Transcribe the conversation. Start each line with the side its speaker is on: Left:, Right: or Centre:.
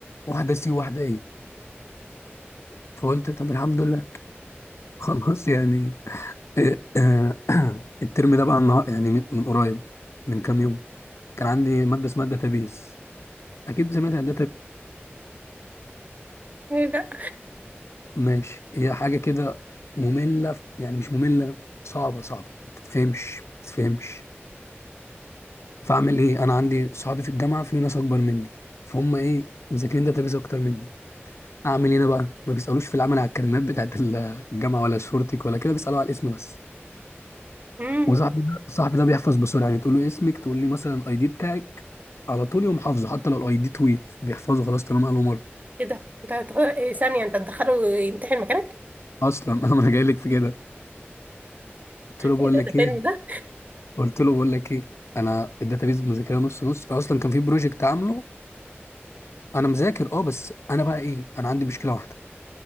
Left: واحدة سي وواحدة ايه فقلت طب الحمد لله خلاص يعني إيه، آه، <clears throat> الترم ده بقى النهار يعني من من قريب من كام يوم كان عندي مادة اسمها داتابيز اكيد سمعت عن
Right: إيه لا
Left: ماشي هي حاجة كده مملة يعني مش مملة صعبة صعبة ما تتفهمش ما تتفهمش فاعمل ايه انا عندي صحابي في الجامعة في ناس اكبر مني فهم ايه مذاكرين داتابيز اكتر مني اعمل ايه انا بقى ما بيسالوش في العمل على الكلمات بتاعت ال- الجامعة ولا شورتك ولا كده بيسالوا على الاسم بس
Right: امم
Left: وصاحبي ده صاحبي ده بيحفظ بسرعة يعني تقول له اسمك تقول لي مثلا الاي دي بتاعك على طول يقوم حافظه حتى لو الاي دي طويل بيحفظه خلاص طالما قاله مرة
Right: ايه ده ده هتغ- إيه ثانية انت تدخله يمتحن مكانك؟
Left: اصلا <laughs> انا ما انا جاي لك في كده قلت له بقول
Right: ايه ده
Left: لك
Right: ده فيلم
Left: ايه
Right: ده؟
Left: قلت له بقول لك ايه انا الداتابيز مذاكرها نص نص انا اصلا كان في بروجكت عامله انا مذاكر اه بس انا بقى ايه انا عندي مشكله واحده